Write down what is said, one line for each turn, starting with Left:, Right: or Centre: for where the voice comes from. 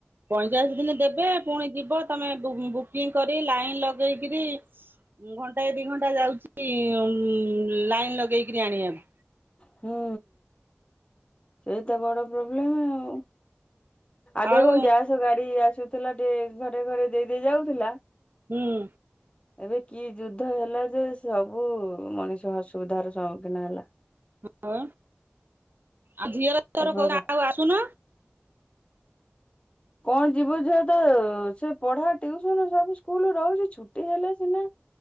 Right: ପଇଁଚାଳିଶ ଦିନି ଦେବେ, ପୁଣି ଯିବ ତମେ ବୁ-ବୁକିଂ କରି ଲାଇନ ଲଗେଇକିରି ଘଣ୍ଟାଏ, ଦି ଘଣ୍ଟା ଯାଉଚି ଉମ୍ ଲାଇନ ଲଗେଇକିରି ଆଣିଆକୁ।
Left: ହୁଁ। ସେଇତ ବଡ ପ୍ରୋବ୍ଲେମ ଆଉ। ଆଗେ
Right: ଆଉ
Left: କଣ ଗ୍ୟାସ ଗାଡି ଆସୁଥିଲା, ଟିକେ ଘରେ ଘରେ ଦେଇ ଦେଇ ଯାଉଥିଲା
Right: ହୁଁ।
Left: ଏବେ କି ଯୁଦ୍ଧ ହେଲା ଯେ, ସବୁ ମଣିଷ ଅସୁବିଧାର ସମ୍ମୁଖୀନ ହେଲା।
Right: ହଁ ବା। ଆଉ ଝିଅର ତୋର
Left: ଏପଟେ
Right: କୋଉଦିନ ଆଉ ଆସୁନ?
Left: କଣ ଯିବୁ, ଝିଅ ତ ସେ ପଢା ଟିଉସନ ସବୁ ସ୍କୁଲ ରହୁଛି, ଛୁଟି ହେଲେ ସିନା